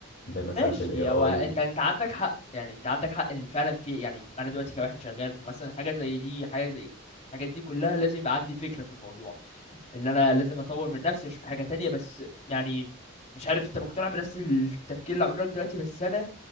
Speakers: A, on the left (about 50°); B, on the left (about 35°).
A: مثلا
B: ماشي
A: بالاي اي
B: هو انت
A: و...
B: انت عندك حق يعني انت عندك حق ان فعلا في يعني انا دلوقتي كواحد شغال في مثلا حاجه زي دي حاجه زي الحاجات دي كلها لازم يبقى عندي فكره في الموضوع ان انا لازم اطور من نفسي اشوف حاجه تانية بس يعني مش عارف انت مقتنع بنفس التفكير اللي هقوله لك دلوقتي بس انا